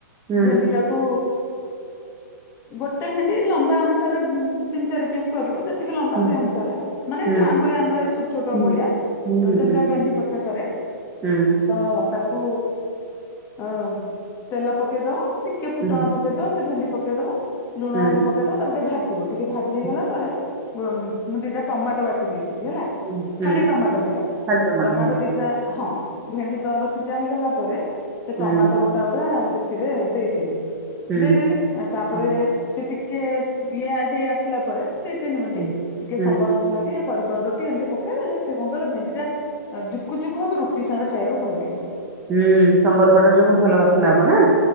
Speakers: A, on the right (about 15°); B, on the left (about 25°).
A: ହୁଁ
B: ଭେଣ୍ଡି ଟା ତାକୁ ଗୋଟେ ଭେଣ୍ଡି ଲମ୍ବା ଅନୁସାରେ ତିନି ଚାରି ପିସ୍ କରିବ ଯେତିକି ଲମ୍ବା
A: ହୁଁ
B: ସେ ଅନୁସାରେ ମାନେ
A: ହୁଁ
B: ଯୋଉ ଆଙ୍ଗୁଳିଆ ଆଙ୍ଗୁଳିଆ ଛୋଟ ଛୋଟ
A: ହୁଁ।
B: ଭଳିଆ।
A: ହୁଁ
B: ନନ୍ଦନ
A: ହୁଁ ହୁଁ
B: ଦମ ଭେଣ୍ଟିି କଟା କରେ।
A: ହୁଁ
B: ତ ତାକୁ ଅ ତେଲ ପକେଇଦବ ଟିକେ ଫୁଟଣ
A: ହୁଁ
B: ପକେ ପକେଇଦବ ସେ ଭେଣ୍ଡି ପକେଇଦବୁ ଲୁଣ
A: ହୁଁ
B: ହଳଦି ପକେଇଦବ ତାକୁ ଟିକେ ଭାଜିବ ଟିକେ ଭା ଜି ହେଇଗଲା
A: ହୁଁ
B: ପରେ ମୁଁ ଦିଟା ଟମାଟୋ ବାଟି ଦେଇଥିଲି ହେଲା।
A: ହୁଁ ହୁଁ
B: ଖାଲି ଟମାଟୋ ଦିଟା
A: ଖାଲି
B: ଟମାଟୋ
A: ହୁଁ
B: ଦିଟା ହଁ ଭେଣ୍ଡି ଦରସି ହେଲା ପରେ ସେ
A: ହୁଁ
B: ଟମାଟୋ ବଟା ଗୁରା ସେଥିରେ ଦେଇଦେଲି।
A: ହୁଁ
B: ଦେଇଦେଲି ଆ ତାପରେ
A: ହୁଁ
B: ସେ ଟିକେ ଇଏ ହେଇ ଆସିଲା ପରେ ଦି ତିନି ମିନଣ୍ଟ
A: ହୁଁ।
B: ଟିକେ
A: ହୁଁ
B: ସମ୍ବର ମସଲା ଟିକେ କରି ପାଉଡର ଟିକେ ଏମିତି ପକେଇ ଦେଲେ ସେ କଣ କହିଲ ଭେଣ୍ଡି ଟା ଆ ଜୁକୁ ଜୁକୁ ହବ ରୁଟି ସାଙ୍ଗରେ ଖାଇବାକୁ ଭଲ ଲାଗିବ।
A: ହୁଁ ସମ୍ବର ପାଉଡର ଯୋଗୁ ଭଲ ବାସନା ହବ ନା।